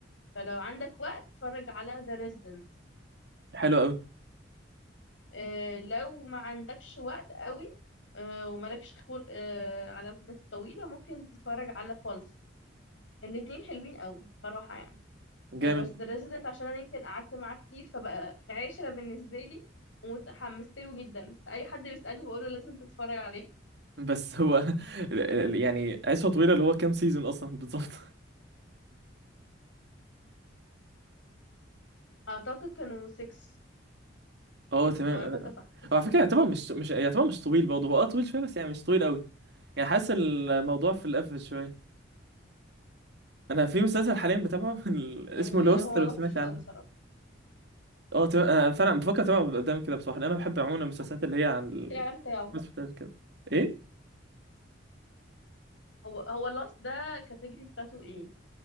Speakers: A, on the left; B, on the right.
A: فلو عندك وقت اتفرج على ذا ريزيدنت
B: <laughs> حلو قوي
A: آه، لو ما عندكش وقت قوي آه، ومالكش خلق آه، على الحاجات الطويلة ممكن تتفرج على بالس الاتنين حلوين قوي صراحة يعني
B: جامد
A: آه، بس The Resident عشان أنا يمكن قعدت معاه كتير فبقى عشرة بالنسبة لي ومتحمست له جدا أي حد بيسألني بقوله لازم تتفرج عليه
B: بس هو <laughs> يعني عشوه طويله اللي هو كام سيزون اصلا بالظبط <laughs>
A: أعتقد كانوا 6
B: اه تمام
A: لو أنا فاكرة صح 6 سيزونز
B: هو على فكره يعتبر مش مش يعتبر مش طويل برضه هو اه طويل شويه بس يعني مش طويل قوي يعني حاسس الموضوع في القفل شويه انا في مسلسل حاليا بتابعه <laughs> ال- اسمه
A: يعني
B: لوست
A: هو
B: لو
A: لطيف
B: سمعت عنه
A: قوي صراحة
B: اه تم- انا فعلا بفكر اتابعه قدام كده بصراحه لأن انا بحب عموما المسلسلات
A: شفت
B: اللي هي عن
A: شفت الإعلان بتاعه
B: المسلسلات كده ايه
A: هو هو لاست ده كاتيجري بتاعته ايه؟